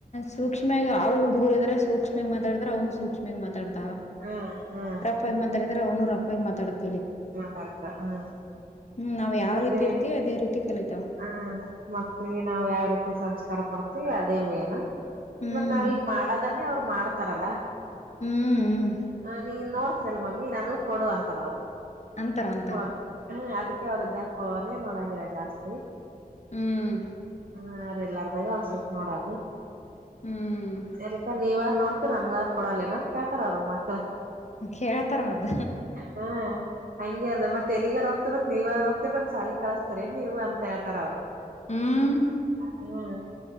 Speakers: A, on the left; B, on the right.
A: ಸೂಕ್ಷ್ಮಾಗಿ ಅವ್ ಹುಡುಗರ ಎದ್ರ ಸೂಕ್ಷ್ಮಾಗಿ ಮಾತಾಡಿದ್ರ ಅವ್ನು ಸೂಕ್ಷ್ಮಾಗಿ ಮಾತಾಡತ
B: ಹ್ಮ್ ಹ್ಮ್
A: ರಪ್ಪಾಗಿ ಮಾತಾಡಿದ್ರೆ ಅವನು ರಪ್ಪಾಗಿ ಮಾತಾಡತ
B: ಮಾತಾಡ್ತವ ಹ್ಮ
A: ಹ್ಮ್ ನಾವ್ ಯಾವ
B: ಮತ್ತೆ
A: ರೀತಿ ಇರ್ತಿವಿ ಅದೇ ರೀತಿ ಕಲಿತಾವ
B: ಹ ಮಕ್ಳಿಗಿ ನಾವ ಯಾವ ರೀತಿ ಸಂಸ್ಕಾರ ಕೊಡ್ತವಿ ಮ ಅದೇ ಮೇನ್
A: ಹ್ಮ್
B: ಮತ್ ನಾವೀಗ ಮಾಡದನ್ನೇ ಅವ್ರು ಮಾಡ್ತಾರಲ್ಲ
A: ಹ್ಮ್ ಹ್ಮ್
B: ಆ ನೀನ್ ನೋಡ್ತಿರಲ್ ಮಮ್ಮಿ ನನಗೂ ಕೊಡು ಅಂತಾರ ಅವರು
A: ಅಂತಾರ ಅಂತಾರ
B: ಫೋನ್ ಹ್ಮ್ ಅದಕ್ಕೆ ಅವ್ರ ಇದ್ದಾಗ ಫೋನೇ ನೋಡಂಗಿಲ್ಲ ಜಾಸ್ತಿ
A: ಹ್ಮ್
B: ಹಾ ಅವರ ಎಲ್ಲಾರ್ದಾಗೆ ಒಂದ್ ಸ್ವಲ್ಪ ನೋಡದು
A: ಹ್ಮ್
B: ಎದಕ್ಕ ನೀವಾರ ನೋಡ್ತಿರ ನಮ್ಗಾರ ಕೊಡಲ್ಲ ಏನಂತ ಕೇಳತಾರ ಅವ್ರ ಮಕ್ಳ
A: ಕೇಳ್ತಾರ ಮತ್ತ
B: ಹ ಹಂಗೆ ಅದ ಮತ್ತೆ ಎಲ್ಲಿಗರ್ ಹೋಗ್ತಿರ್ ಬೇಕ ಮತ್ ನೀವ ಅದ್ರ ಹೋಗ್ತಿರಿ ನಮಗ ಸಾಲಿಗ ಕಳಿಸ್ತಾರೆನ್ ನೀವ ಅಂತ ಹೇಳತಾರ ಅವರು
A: ಹ್ಮ್
B: ಹ್ಮೆ